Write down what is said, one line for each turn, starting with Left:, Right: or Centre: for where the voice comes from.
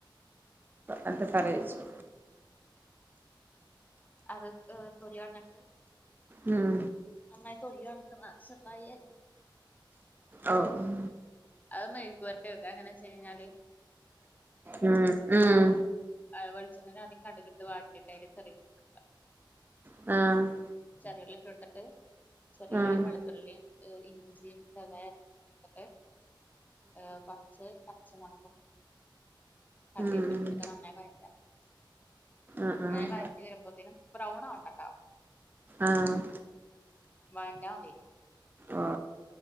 Right: അത് കറിവെച്ചു
Left: അത് എ് തൊലി കൾഞ്ഞ്ട്ട്
Right: ഉം
Left: നന്നായി തൊലി കൾഞ്ഞ് ചെറ്തായി അര്
Right: ഓ ഉം
Left: അയ് മെഴ്ക്ക് പൊര്ട്ടി വെക്കാ അയ് എങ്ങനെ വെച്ച് കഴിഞ്ഞാൽ
Right: ഉം ഉം
Left: ഏ വെളിച്ചെണ്ണെൽ ആദ്യം കട്ക് ഇട്ട് വാട്ടിയിട്ട് അയിൽ ചെറെ ഉള്ളി ഇട്ടൊട്ക്കാ
Right: ഉം ആഹ്
Left: ചെറെ ഉള്ളി ഇട്ടൊട്ത്തിട്ട് ചെറെ
Right: ആഹ്
Left: ഉള്ളിം വെളുത്തുള്ളിം ഏ ഇഞ്ചിം <unintelligible> ഇട്ട്ട്ട് ഏ കൊർച്ച് പച്ച മൊളകും കറെപ്പില
Right: ഉം ഉം
Left: ഒക്കെ ഇട്ടൊട്ത്താണ്ട് നന്നായി വഴറ്റാ
Right: ആഹ്
Left: നന്നായി
Right: ആഹ്
Left: വഴറ്റി വെരുമ്പോത്തിനും ബ്രൗൺ ആവണ്ടട്ടോ
Right: ആഹ്
Left: വയന്റാമതി
Right: ഓ